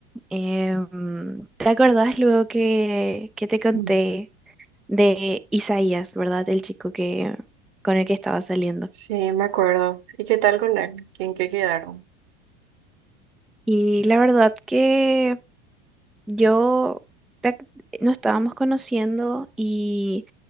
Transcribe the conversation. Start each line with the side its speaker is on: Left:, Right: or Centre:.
Centre: em, ¿te acordás luego que, que te conté
Right: Mm.
Centre: de Isaías, ¿verdad? El chico que, con el que estaba saliendo.
Right: Sí, me acuerdo. ¿Y qué tal con él? ¿Quién qué quedaron?
Centre: Y la verdad que yo te ac- nos estábamos conociendo y